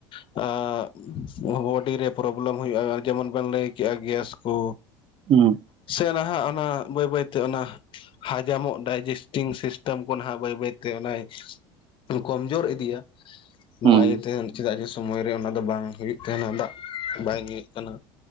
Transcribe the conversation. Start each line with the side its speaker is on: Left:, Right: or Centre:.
Left: <unintelligible> ᱵᱚᱰᱤ ᱨᱮ ᱯᱨᱚᱵᱞᱮᱢ ᱦᱩᱭᱩᱜ-ᱟ ᱡᱮᱢᱚᱱ ᱵᱮᱱ ᱞᱟᱹᱭ ᱠᱮᱜ-ᱟ ᱜᱮᱥ ᱠᱚ
Right: ᱦᱩᱸ
Left: ᱥᱮ ᱱᱟᱦᱟᱜ ᱚᱱᱟ ᱵᱟᱹᱭ ᱵᱟᱹᱭᱛᱮ ᱚᱱᱟ ᱦᱟᱡᱟᱢᱚᱜ ᱰᱟᱭᱡᱮᱥᱴᱤᱝ ᱥᱤᱥᱴᱮᱢ ᱠᱚ ᱱᱟᱦᱟᱜ ᱵᱟᱹᱭ ᱵᱟᱹᱭᱛᱮ ᱚᱱᱟ ᱠᱚᱢᱡᱳᱨ ᱤᱫᱤᱜ-ᱟ ᱱᱚᱣᱟ
Right: ᱦᱩᱸ ᱦᱩᱸ
Left: ᱤᱭᱟᱹᱛᱮ ᱪᱮᱫᱟᱜ ᱡᱮ ᱥᱚᱢᱚᱭ ᱨᱮ ᱚᱱᱟ ᱫᱚ ᱵᱟᱝ ᱦᱩᱭᱩᱜ ᱛᱟᱦᱮᱱᱟ ᱫᱟᱜ ᱵᱟᱭ ᱧᱩᱭᱮᱫ ᱠᱟᱱᱟ